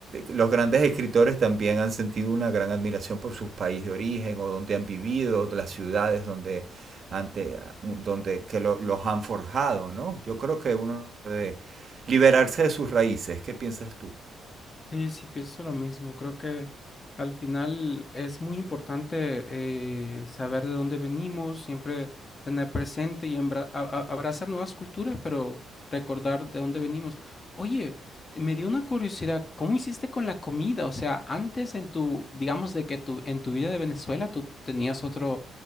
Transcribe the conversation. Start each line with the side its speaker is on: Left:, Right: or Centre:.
Right: los grandes escritores también han sentido una gran admiración por sus países de origen o donde han vivido, las ciudades donde, ante, donde que lo- los han forjado, ¿no? Yo creo que uno debe liberarse de sus raíces. ¿Qué piensas tú?
Left: Sí, sí, pienso lo mismo. Creo que al final es muy importante eh, saber de dónde venimos, siempre tener presente y embra- a- a- abrazar nuevas culturas, pero recordar de dónde venimos. Oye, me dio una curiosidad, ¿cómo hiciste con la comida? O sea, antes en tu, digamos, de que tu, en tu vida de Venezuela tú tenías otro,